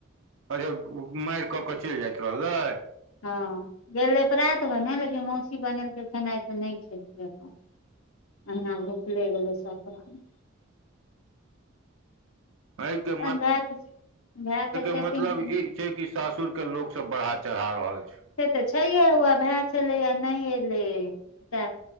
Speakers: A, on the right; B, on the left.
A: अच्छा मारि कऽ के चलि जाइत रहलै
B: ह गेलैात भरने लेकिन मौसी बनेलकै खेनाई तऽ नहि खेलकै अपन अहिना भुखले गेलै सभ प्रण
A: एहि
B: अपन
A: के
B: भायके भायके सेटिंग
A: मतलब
B: केने
A: ई छै कि सासुर के के लोकोग सभ बढ़ा चढ़ा रहल छै
B: से तऽ छै हुआ भए छलै आ नहि एलै तऽ